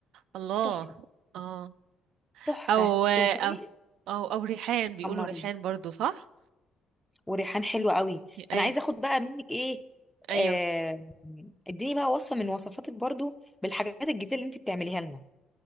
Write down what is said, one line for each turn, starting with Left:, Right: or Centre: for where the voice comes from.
Right: الله
Centre: تحفه
Right: اه
Centre: تحفه
Right: او او
Centre: وفاء
Right: او او ريحان بيقولوا
Centre: حمرين
Right: ريحان برضو صح
Centre: وريحان حلو قوي
Right: ايوه
Centre: انا عايزه اخد بقى منك ايه
Right: ايوه
Centre: آه، اديني بقى وصفه من وصفاتك برضو بالحاجات الجديده اللي انت بتعمليها لنا